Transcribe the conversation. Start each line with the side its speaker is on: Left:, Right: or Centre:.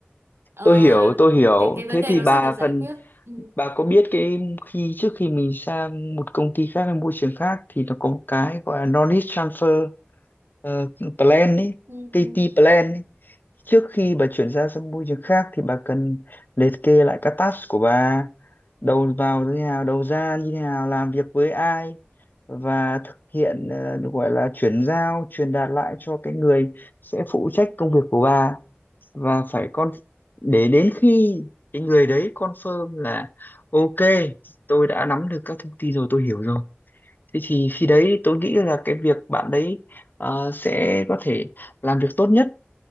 Right: ờ,
Left: tôi hiểu, tôi hiểu.
Right: cái cái vấn
Left: Thế
Right: đề
Left: thì
Right: nó
Left: bà
Right: sẽ được giải
Left: phần
Right: quyết ừ,
Left: Bà có biết cái khi trước khi mình sang một công ty khác hay môi trường khác thì nó có một cái gọi là Knowledge Transfer ờ, Plan ấy,
Right: ừ,
Left: KT
Right: ừ.
Left: Plan ấy. Trước khi bà chuyển ra sang môi trường khác thì bà cần liệt kê lại các task của bà, đầu vào như thế nào, đầu ra như thế nào, làm việc với ai và thực hiện ờ, gọi là chuyển giao, truyền đạt lại cho cái người sẽ phụ trách công việc của bà và phải con để đến khi cái người đấy confirm là ok tôi đã nắm được các thông tin rồi tôi hiểu rồi thế thì khi đấy tôi nghĩ là cái việc bạn đấy ờ, sẽ có thể làm việc tốt nhất